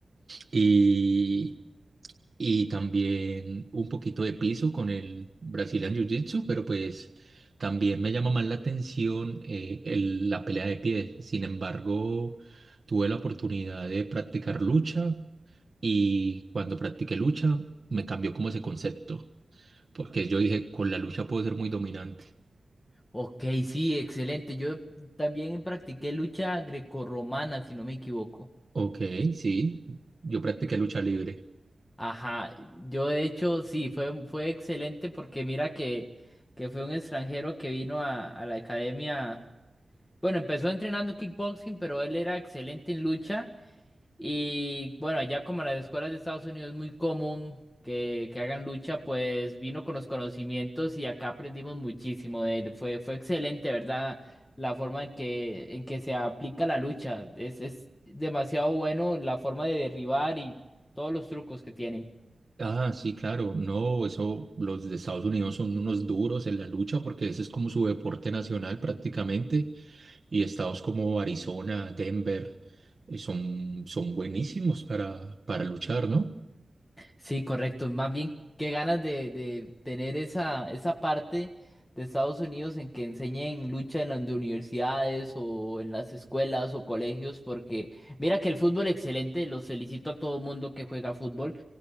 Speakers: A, on the right; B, on the left.
A: Y, y también un poquito de piso con el Brazilian Jiu-Jitsu, pero pues también me llama más la atención eh, el- la pelea de pie. Sin embargo, tuve la oportunidad de practicar lucha y cuando practiqué lucha me cambió como ese concepto, porque yo dije, con la lucha puedo ser muy dominante.
B: Ok, sí, excelente. Yo también practiqué lucha grecorromana, si no me equivoco.
A: Ok, sí, yo practiqué lucha libre.
B: Ajá, yo de hecho sí, fue, fue excelente porque mira que, que fue un extranjero que vino a, a la academia. Bueno, empezó entrenando kickboxing, pero él era excelente en lucha. Y bueno, allá como en las escuelas de Estados Unidos es muy común que, que hagan lucha, pues vino con los conocimientos y acá aprendimos muchísimo de él. Fue, fue excelente, ¿verdad? La forma en que, en que se aplica la lucha. Es, es demasiado bueno la forma de derribar y todos los trucos que tienen.
A: Ah, sí, claro. No, eso, los de Estados Unidos son unos duros en la lucha porque ese es como su deporte nacional prácticamente. Y estados como Arizona, Denver, eh, son, son buenísimos para, para luchar, ¿no?
B: Sí, correcto. Más bien, qué ganas de, de tener esa, esa parte de Estados Unidos en que enseñen lucha en las de universidades o en las escuelas o colegios, porque mira que el fútbol excelente, los felicito a todo mundo que juega fútbol,